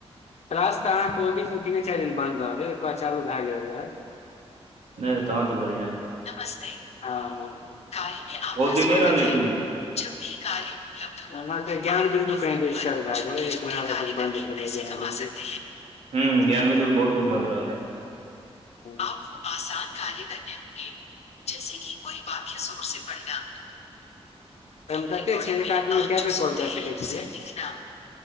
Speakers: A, on the left (about 75°); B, on the right (about 85°).
A: क्लास तऽ अहाँके ओ मे तीने चारि दिन बन्द रहै एक बाद चालू भय गेल रहे।
B: नहि तहन तऽ बढ़िआं यै
A: नमस्ते कार्य मे आपका
B: बहुत दिन
A: स्वागत
B: नहि रहलै अथी
A: है जब भी कार्य अहाँ के ज्ञान बिन्दु कहि डिस्ट्रब भए गेलै एक महिना लग भग बन्द रहि गेल।
B: हूँ ज्ञानबिन्दु बहुत दिन बन्द रहलय।
A: आपको आसान कार्य करनेने जैस कि कोइ <unintelligible> बात सबससँ बढ़िआ <unintelligible> कत छै ऐक आदमी कैय बैर कॉल कैय सकैत छीये। <unintelligible>